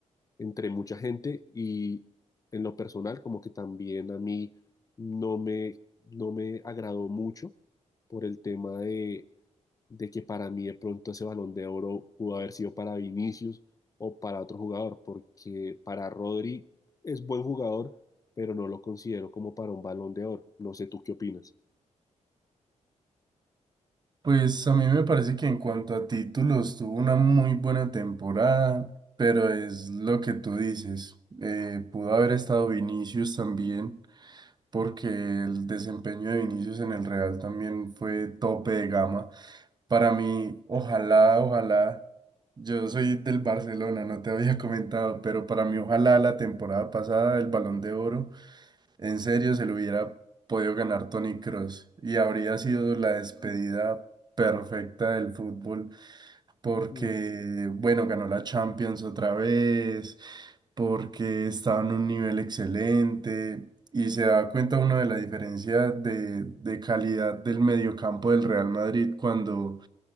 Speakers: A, on the left; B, on the right.
A: entre mucha gente y en lo personal como que también a mí no me, no me agradó mucho por el tema de de que para mí de pronto ese Balón de Oro pudo haber sido para Vinicius o para otro jugador, porque para Rodri es buen jugador, pero no lo considero como para un Balón de Oro. No sé tú qué opinas.
B: Pues a mí me parece que en cuanto a títulos tuvo una muy buena temporada, pero es lo que tú dices. Eh, pudo haber estado Vinicius también, porque el desempeño de Vinicius en el Real también fue tope de gama. Para mí, ojalá, ojalá, yo soy del Barcelona, no te había <laughs> comentado, pero para mí, ojalá la temporada pasada el Balón de Oro en serio, se lo hubiera podido ganar Tony Cross y habría sido la despedida perfecta del fútbol porque,
A: Ujú.
B: bueno, ganó la Champions otra vez, porque estaba en un nivel excelente y se da cuenta uno de la diferencia de, de calidad del mediocampo del Real Madrid cuando,